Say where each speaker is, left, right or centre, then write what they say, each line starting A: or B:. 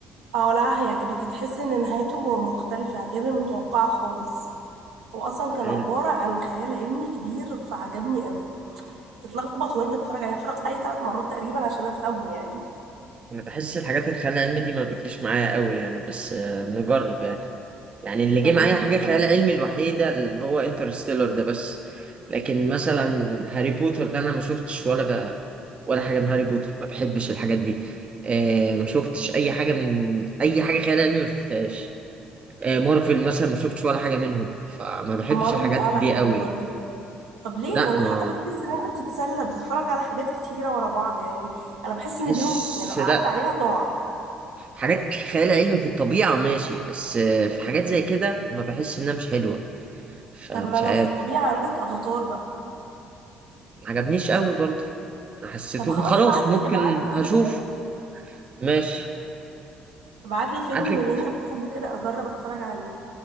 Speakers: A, on the right; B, on the right.
A: اه لا هيعجبك هتحس ان نهايته مختلفة غير المتوقعة خالص هو اصلا كان
B: حلو
A: عبارة عن خيال علمي كبير فعجبني قوي تتلخبط وانت بتتفرج يعني اتفرجت عليه ثلاث مرات تقريبا عشان افهمه يعني
B: انا بحس الحاجات الخيال العلمي دي ما بتجيش معايا قوي يعني بس آه، نجرب يعني يعني اللي
A: طب
B: جه معايا
A: انت بتحب
B: حاجة خيال علمي الوحيدة اللي هو انترستيلر ده بس لكن مثلا هاري بوتر ده أنا ما شفتش ولا ب... ولا حاجة من هاري بوتر ما بحبش الحاجات دي آه ما شفتش أي حاجة من أي حاجة خيال علمي ما شفتهاش آه مارفل مثلا ما شفتش ولا حاجة منهم فما بحبش
A: مارفن
B: الحاجات
A: اه
B: دي
A: لا حلو
B: قوي
A: برضو طب ليه
B: لا
A: ده انت
B: ما
A: حتى بتحس ان انت بتتسلى بتتفرج على حاجات كتيرة ورا بعض يعني انا بحس
B: بحس
A: ان اليوم يعني لو قعدت
B: لا
A: عليها ضاع
B: حاجات خيال علمي في الطبيعة ماشي بس آه في حاجات زي كده ما بحس إنها مش حلوة فمش
A: طب ما لو
B: عارف
A: في الطبيعة عندك افاتار بقى
B: ما عجبنيش قوي برضه حسيته
A: طب خلاص
B: خلاص
A: ابعت
B: ممكن
A: لي ابعت لي كده
B: هشوف
A: فيلم
B: ماشي
A: ابعت لي فيلم
B: ابعتلك
A: من اللي انت بتحبه كده اجرب اتفرج عليه